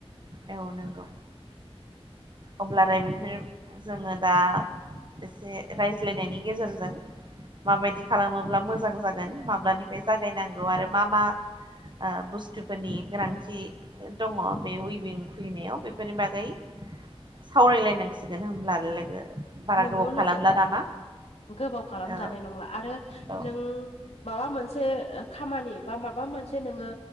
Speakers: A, on the right; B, on the left.
A: औ नंगौ अब्लाराय बेफोरो जोङो दा एसे रायज्लायनायनि गेजेरजों माबायदि खालामोब्ला मोजां जागोन माब्लानिफ्राय जागायनांगौ आरो मा मा आ बुस्थुफोरनि गोनांथि दङ बे उ बिं खुलिनायाव बेफोरनि बागै सावरायलायनांसिगोन होमब्ला लोगो बारा
B: नोंगौ
A: गोबाव खालामला
B: लोगो
A: नामा
B: गोबाव खालामजानाय
A: औ
B: नंला आरो
A: औ
B: नों माबा मोनसे खामानि बा माबा मोनसे नोङो